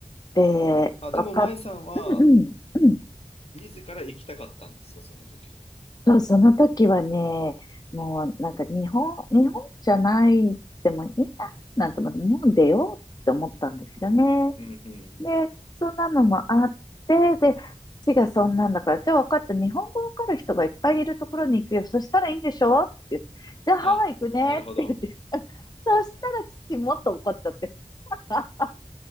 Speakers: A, on the left; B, on the left.
A: で、
B: あ、
A: わかっ、
B: でも舞さんは、
A: うんうん、うん。
B: 自ら行きたかったんですか、その時。
A: そう、その時はね、もうなんか日本、日本じゃないでもいいな、なんて思って、日本出ようって思ったんですよね。
B: うん、うん、う
A: で、
B: ん。
A: そんなのもあって、で、父がそんなんだから、じゃあ分かった、日本語わかる人がいっぱいいるところに行くよ。そしたらいいんでしょって言って、じゃあハワイ行くねって言って。
B: あ、なるほど。
A: <laughs> そしたら父もっと怒っちゃって。<laughs> あ、あ